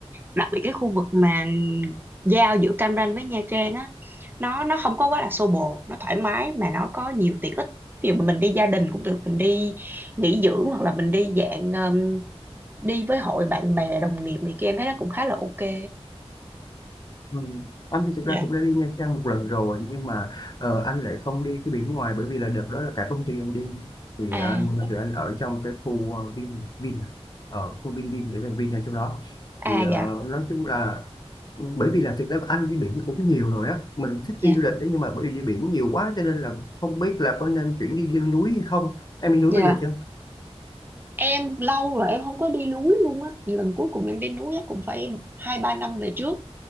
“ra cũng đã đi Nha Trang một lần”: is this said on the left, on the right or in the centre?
Left